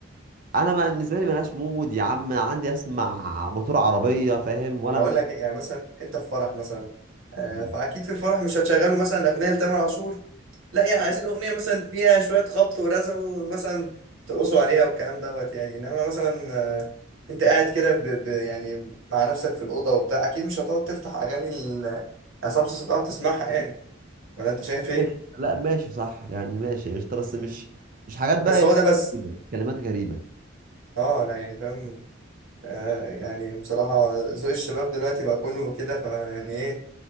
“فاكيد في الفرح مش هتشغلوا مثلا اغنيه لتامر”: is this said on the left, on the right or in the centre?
Right